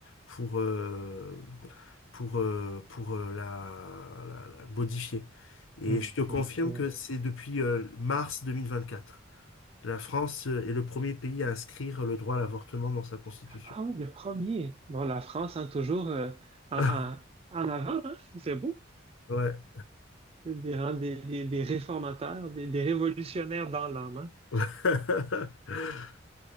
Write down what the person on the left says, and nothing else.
pour euh, pour euh, pour euh, la, la- la modifier. Et
je te confirme
que c'est depuis euh, mars 2024. La France euh, est le premier pays à inscrire le droit à l'avortement dans sa Constitution.
<laughs>
Ouais.
<laughs>